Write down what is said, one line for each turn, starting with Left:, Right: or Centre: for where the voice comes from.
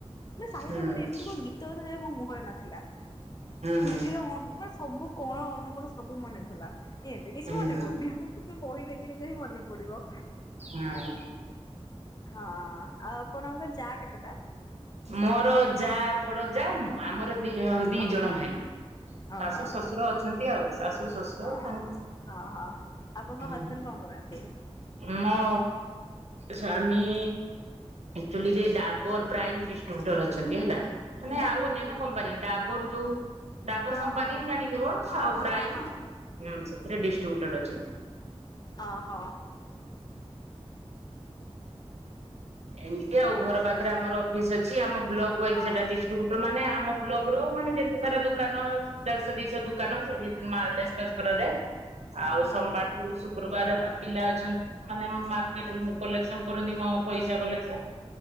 Left: ନା ସାହିତ୍ୟ
Right: ହୁଁ ହୁଁ
Left: କଉଠି ଏମିତି କଉ ଗୀତ ମୋ ମୁହଁରେ ନଥିଲା
Right: ହୁଁ
Left: ହିଷ୍ଟ୍ରିର
Right: ହୁଁ।
Left: ଅନ ମାନେ ସବୁ କଣ ଅନ ଅନୁକୋଣ ସବୁ ମନେଥାଏ। ଥିଲା ଏବେ କିଛି
Right: ହୁଁ
Left: ମନେ
Right: ହୁଁ
Left: ପଡୁନି
Right: ହୁଁ
Left: ଆଉ? ବହି ଦେଖିଲି ଏତେ ବି ମନେ ପଡ଼ିବ
Right: ହଁ।
Left: ହଁ। ଆଉ ଆପଣଙ୍କ ଯା କେତେ? ଟା
Right: ମୋର ଯା ବଡ ଯା ମୁଁ ଆମର ଦି ଦି
Left: ଓହୋ
Right: ଜଣ ଭାଇ ଶାଶୁ
Left: ଓହୋ
Right: ଶ୍ୱଶୁର ଅଛନ୍ତି ଆଉ ଶାଶୁ ଶ୍ୱଶୁର
Left: ହଁ
Right: ତାଙ୍କ
Left: ଓହୋ। ଆପଣଙ୍କ
Right: ହୁଁ
Left: ହଜବେଣ୍ଡ କଣ କରନ୍ତି?
Right: ମୋ ସ୍ୱାମୀ ଆକ୍ଚୁଲି ଯେ ଡାବର ପ୍ରାଇମ ଡିଷ୍ଟ ଡିଷ୍ଟ୍ରିବ୍ୟୁଟର ଅଛନ୍ତି ହେଲା ମାନେ
Left: ଆଜ୍ଞା
Right: ଆଉ ଅନ୍ୟାନ୍ୟ କମ୍ପାନୀ ଡାବର ଯୋଉ ଡାବର
Left: ହଁ
Right: କମ୍ପାନୀ
Left: ହଁ ହଁ
Right: ଜାଣିଥିବ ଆଉ
Left: ହଁ
Right: ପ୍ରାଇମ
Left: ହଁ ହଁ ହଁ।
Right: ହୁଁ ସେଥିରେ ଡିଷ୍ଟ୍ରିବ୍ୟୁଟର ଅଛନ୍ତି।
Left: ଓ ହୋ।
Right: ଏମି ତି ଆଉ ଘର ପାଖରେ ଆମର ଅଫିସ୍ ଅଛି। ଅଛି ଆମ ବ୍ଲକ ୱାଇଜ
Left: ହଁ ହଁ।
Right: ସେଟା ଡିଷ୍ଟ୍ରିବ୍ୟୁଟର ମାନେ ଆମ ବ୍ଲକ ର ମାନେ ଯେତେ ସାରା ଦୋକାନ ଦେଢଶହ ଦିଶହ ଦୁକାନ ସେଠି ମାଲ ଡେସ୍ପାଚ କରାଯାଏ ଆଉ
Left: ହଁ
Right: ସୋମବାରଠୁ ଶୁକ୍ରବାର ପିଲା ଅଛନ୍ତି ସେମାନେ ମାର୍କେଟିଙ୍ଗ କଲେକ୍ସନ କ ରନ୍ତି ମଁ ପଇସା କଲେକ୍ସନ